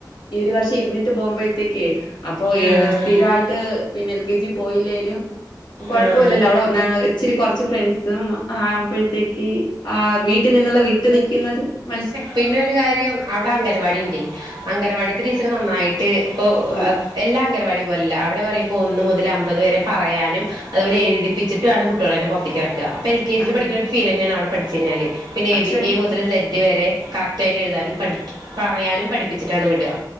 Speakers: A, on the left; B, on the right.
A: ഈ ഒരു വർഷം ഇരുന്നിട്ട് പോകുമ്പോഴത്തേക്കേ അപ്പൊ
B: ആഹ്
A: ഏഹ് സ്ഥിരായിട്ട് പിന്നെ എൽ കെ ജി പോയില്ലേലും കൊഴപ്പില്ലല്ലോ
B: ആഹ്
A: അവിടെ ഇന്നാ ഇച്ചിരി കൊറച്ച് ഫ്രണ്ട്സും ആവുമ്പഴത്തേക്ക് ആ വീട്ടിൽ നിന്നുള്ള വിട്ട് നിൽക്കുന്നത് മനസ്സി
B: പിന്നൊരു കാര്യം അവിടെ അംഗനവാടി ഉണ്ടെയ് അംഗനവാടിത്തെ ടീച്ചർ നന്നായിട്ട് ഇപ്പോ
A: നോക്ക്
B: അഹ് എല്ലാ അംഗനവാടി പോലെയല്ല അവിടെ പറയുമ്പോൾ ഒന്ന് മുതൽ അമ്പത് വരെ പറയാനും അതുപോലെ എഴുതിപ്പിച്ചിട്ടാണ് കുട്ടികളെന്നെ പുറത്തേക്ക് ഇറക്കാ ഇപ്പോൾ എൽ കെ ജിൽ
A: ആഹ്
B: പഠിക്കുന്ന ഒരു് ഫീൽ തന്നെയാണവിടെ പഠിച്ചു കഴിഞ്ഞാല് പിന്നെ എ
A: അക്ഷരങ്ങൾ
B: ബി എ മുതൽ സെഡ്ഡ് വരെ കറക്റ്റ് ക്റ്റ് ആയിട്ട് എഴുതാനും പഠി പറയാനും പഠിപ്പിച്ചിട്ടാണ് വിടാ